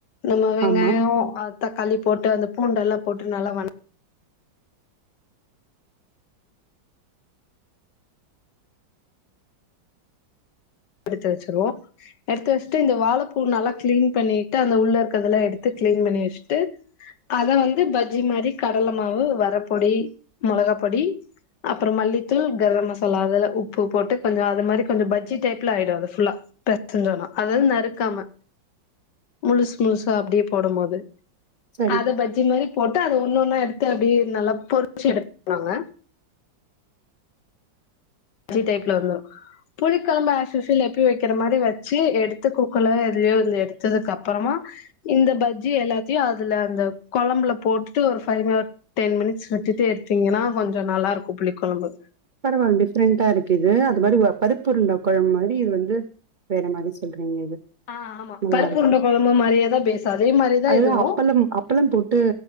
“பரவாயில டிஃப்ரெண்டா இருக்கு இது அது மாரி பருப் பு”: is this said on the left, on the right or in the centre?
Right